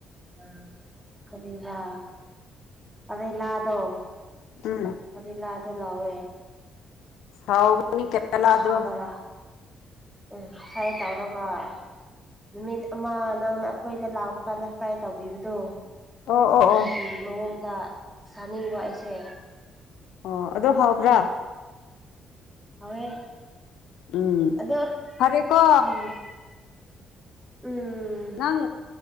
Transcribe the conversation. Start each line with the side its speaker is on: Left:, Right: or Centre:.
Centre: ꯑ ꯀꯔꯤꯔꯤꯕ ꯀꯔꯤ ꯂꯥꯗꯣ
Left: ꯎꯝ
Centre: ꯀꯔꯤ ꯂꯥꯗꯣ ꯂꯋꯦ
Left: ꯍꯥꯎꯒꯅꯤ ꯀꯦꯔꯂꯥꯗꯣ
Centre: ꯍꯥꯥꯕꯔ ꯎ ꯍꯥꯏꯥꯏ ꯇꯅ <unintelligible> ꯅꯨꯃꯤꯠ ꯑꯃ ꯅꯪꯅ ꯑꯩꯈꯣꯏꯗ ꯂꯥꯛꯄ ꯀꯥꯟꯗ ꯐ꯭ꯔꯥꯏ ꯇꯧꯕꯤꯕꯗꯣ
Left: ꯑꯣ ꯑꯣ
Centre: ꯑꯗꯨꯒꯤ
Left: ꯑꯣ
Centre: ꯃꯑꯣꯡꯗ ꯆꯥꯅꯤꯡꯕ ꯑꯩꯁꯦ
Left: ꯑꯣ ꯑꯗꯣ ꯍꯥꯎꯕ꯭ꯔꯥ
Centre: ꯍꯥꯎꯋꯦ
Left: ꯎꯝ
Centre: ꯑꯗꯣ
Left: ꯐꯔꯦ ꯀꯣ
Centre: ꯎꯝ ꯎꯝ
Left: ꯅꯪ